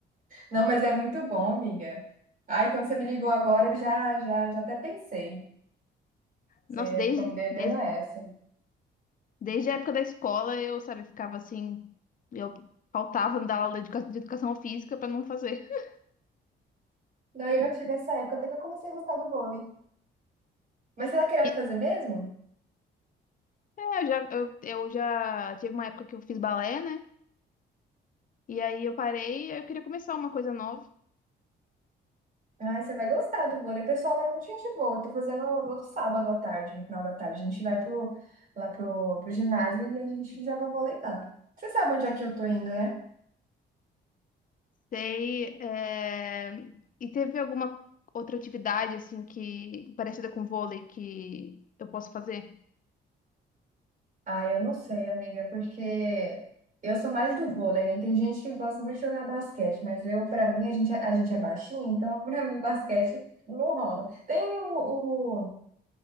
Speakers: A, on the right; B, on the left.
A: Não, mas é muito bom, amiga. Ai, quando você me ligou agora, eu já, já, já até pensei. Você
B: Nossa, desde,
A: ficou me devendo
B: desde,
A: essa.
B: desde a época da escola eu, sabe, ficava assim, eu faltava da aula de educa- de educação física para não fazer. <laughs>
A: Daí eu já tive essa época, até que eu comecei a gostar do vôlei. Mas você tá querendo
B: E
A: fazer mesmo?
B: é, eu já, eu, eu já tive uma época que eu fiz balé, né? E aí eu parei, eu queria começar uma coisa nova.
A: Ai, você vai gostar do vôlei. O pessoal lá é muito gente boa. Eu tô fazendo todo sábado à tarde, no final da tarde. A gente vai pro, lá pro, pro ginásio e a gente joga vôlei lá. Você sabe onde é que eu tô indo, né?
B: Sei. é, E teve alguma outra atividade assim que parecida com vôlei que eu posso fazer?
A: Ah, eu não sei, amiga, porque eu sou mais do vôlei, né? Tem gente que gosta muito de jogar basquete, mas eu, pra mim, a gente, é- a gente é baixinho, então <laughs> pra mim basquete não rola. Tem o, o